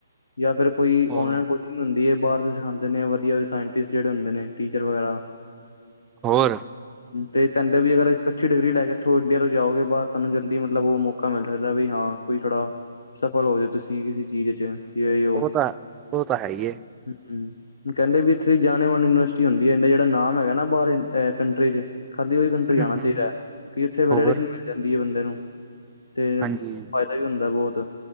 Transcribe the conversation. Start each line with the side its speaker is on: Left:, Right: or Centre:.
Left: ਜਾਂ ਫਿਰ ਕੋਈ
Right: ਹੋਰ
Left: ਔਨਲਾਈਨ ਕੋਚੀ ਹੁੰਦੀ ਹੈ, ਬਾਹਰ ਦੇ ਸਿਖਾਂਦੇ ਨੇ ਵਧੀਆ ਜੇਹ ਸਾਇੰਟਿਸਟ ਜਿਹੜੇ ਹੁੰਦੇ ਨੇ, ਟੀਚਰ ਵਗੈਰਾ
Right: ਹੋਰ
Left: ਤੇ ਕਹਿੰਦੇ, ਵੀ ਅਗਰ ਅੱਛੀ ਡਿਗਰੀ ਲੈ ਕੇ, ਏਥੋਂ ਇੰਡੀਆ ਜਾਓਗੇ ਬਾਹਰ ਤੁਹਾਨੂੰ ਜਲਦੀ ਮਤਲਬ ਉਹ ਮੌਕਾ ਮਿਲ ਸਕਦਾ, ਵੀ ਹਾਂ ਕੋਈ ਥੋੜਾ ਸਫਲ ਹੋ ਜਾ ਤੁਸੀਂ, ਕਿਸੇ ਚੀਜ਼ ਚ ਜੇ ਉਹ
Right: ਔਹ ਤਾਂ, ਔਹ ਤਾਂ ਹੈ ਹੀ ਹੈ।
Left: <inaudible> ਕਹਿੰਦੇ ਵੀ ਇੱਥੇ ਜਾਣੇਮਾਨੀ ਯੂਨੀਵਰਸਿਟੀ ਹੁੰਦੀ ਹੈ ਇੰਡੀਆ ਜਿਹੜਾ ਨਾਮ ਹੈਗਾ ਨਾ, ਬਾਹਰ ਕੰਟਰੀ ਚ ਖਾਲੀ ਉਹੀ ਕੰਟਰੀ ਜਾਣਾ
Right: ਹੂੰ ਹੂੰ
Left: ਚਾਹੀਦਾ
Right: ਹੂੰ
Left: ਹੈ, ਕਿ ਇੱਥੇ ਵੈਲੀਡੇਸ਼ਨ
Right: ਹੋਰ
Left: ਮਿਲ ਜਾਂਦੀ ਹੈ ਬੰਦੇ ਨੂੰ, ਤੇ ਏ
Right: ਹਾਂਜੀ
Left: ਵੀ ਹੁੰਦਾ ਬਹੁਤ